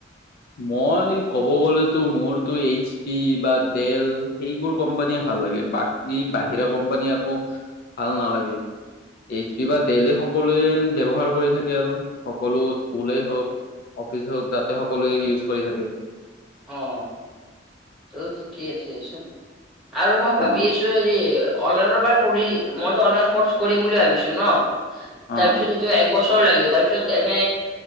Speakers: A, on the left (about 55°); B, in the centre.
A: মই ক'ব গলেতো মোৰতো এইচ পি বা ডেল সেইবোৰ কোম্পানী ভাল - ভাল লাগে বাকী বাহিৰা কোম্পানী আকৌ ভাল নালাগে। এইচ পি বা ডলে সকলোৱে ব্যৱহাৰ কৰি থাকে আৰু সকলো স্কুল হওক অফিচ হওক যাতে সকলোৱে ইউজ কৰি থাকে।
B: আহ ত শিকেই আছে আচো। আৰু মই ভাবি
A: অ
B: আছো হেৰি অনলাইনৰ পৰা কৰিল মইতো অনলাইন কৰ্চ কৰিম বুলি ভাবিছো ন।
A: অ
B: তাৰপিছত সটো একবছৰ লাগিব তাৰ পিছত এনে